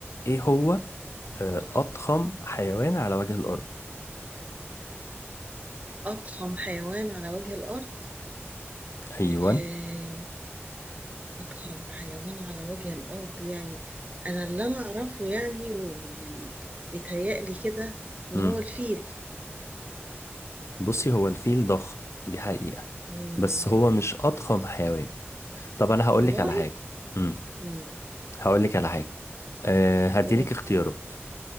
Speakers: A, on the left (about 80°); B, on the right (about 35°).
A: ايه هو آه، اضخم حيوان على وجه الارض
B: اضخم حيوان على وجه الارض
A: ايوه
B: آه، اضخم حيوان على وجه الارض يعني انا اللي انا اعرفه يعني واللي بيتهيألي كده ان
A: امم
B: هو الفيل
A: بصي هو الفيل ضخم دي حقيقة
B: مم.
A: بس هو مش اضخم حيوان طب انا هقول
B: والله
A: لك على حاجة امم
B: مم.
A: هقول لك على حاجة أه هديلك
B: قول
A: اختيارات